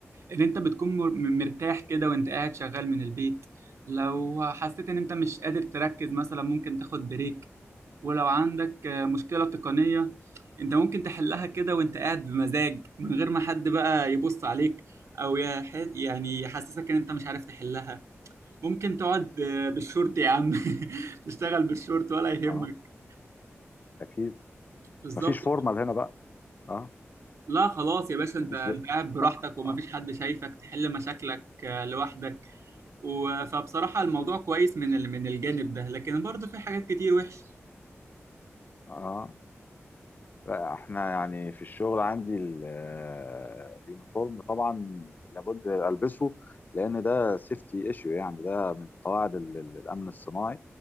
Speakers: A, on the right (about 75°); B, on the left (about 40°).
A: ان انت بتكون مر- مرتاح كده وانت قاعد شغال من البيت لو حسيت ان انت مش قادر تركز مثلا ممكن تاخد بريك ولو عندك آه، مشكلة تقنية انت ممكن تحلها كده وانت قاعد بمزاج من غير ما حد بقى يبص عليك او يح- يعني يحسسك ان انت مش عارف تحلها ممكن تقعد آه، بالشورت
B: م.
A: يا عم <laughs> تشتغل بالشورت ولا يهمك
B: اه اكيد
A: بالظبط
B: مفيش فورمال هنا بقى اه
A: لا خلاص يا باشا انت
B: مفيش
A: انت
B: ل...
A: قاعد براحتك
B: اه
A: ومفيش
B: اه
A: حد شايفك تحل مشاكلك آه، لوحدك و- فبصراحة الموضوع كويس من ال- من الجانب ده لكن برضه في حاجات كتير وحش
B: اه لا احنا يعني في الشغل عندي ال- آه، اليونيفورم طبعا لابد البسه لان ده سيفتي ايشيو يعني ده من قواعد ال- ال- الامن الصناعي